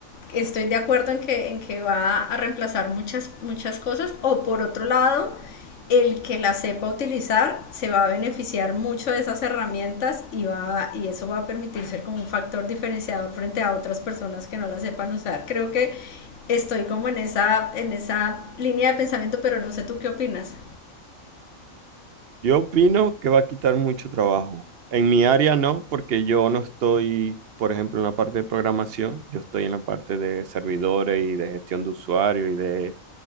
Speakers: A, on the left; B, on the right.
A: estoy de acuerdo en que, en que va a reemplazar muchas, muchas cosas, o por otro lado, el que la sepa utilizar se va a beneficiar mucho de esas herramientas y, va, y eso va a permitir ser como un factor diferenciador frente a otras personas que no la sepan usar. Creo que estoy como en esa, en esa línea de pensamiento, pero no sé tú qué opinas.
B: Yo opino que va a quitar mucho trabajo. En mi área no, porque yo no estoy, por ejemplo, en la parte de programación, yo estoy en la parte de servidores y de gestión de usuario y de,